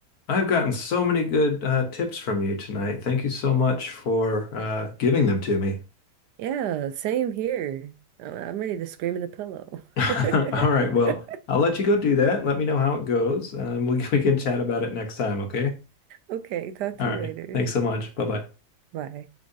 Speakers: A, on the left (about 65°); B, on the right (about 85°).
A: I've gotten so many good uh, tips from you tonight. Thank you so much for uh, giving them to me.
B: Yeah, same here. I'm I'm ready to scream in the pillow.
A: <laughs>
B: <laughs>
A: All right. Well, I'll let you go do that. Let me know how it goes. Um, we, <laughs> we can chat about it next time, okay?
B: Okay, talk
A: All
B: to
A: right.
B: you later.
A: Thanks so much. Bye bye.
B: Bye.